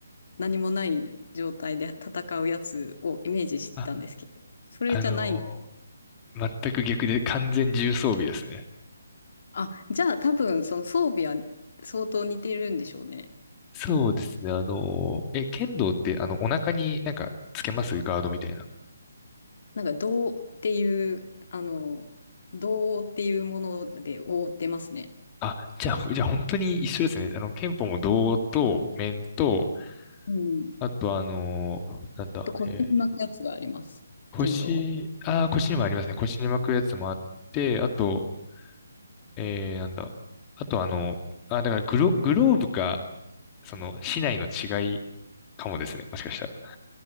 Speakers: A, on the left; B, on the left.
A: 何もない状態で戦うやつをイメージしてたんですけど、
B: あ、
A: それじゃない。
B: あの、全く逆で完全重装備ですね。
A: あ、じゃあ多分その装備は相当似てるんでしょうね。
B: そうですね。あの、え、剣道ってあの、お腹になんかつけますガードみたいな。
A: なんか銅っていう、あの、銅っていうもので覆ってますね。
B: あ、じゃあ、じゃあ本当に一緒ですね。あの、剣法も胴と面と、
A: うん。
B: あとあの、なんだ、
A: と、腰に巻くやつがあります。
B: えー腰、
A: 剣道は。
B: あー、腰にもありますね。腰に巻くやつもあって、あと、えー、なんだ。あとあの、あ、だからグロ、グローブか、その、市内の違いかもですね。もしかしたら。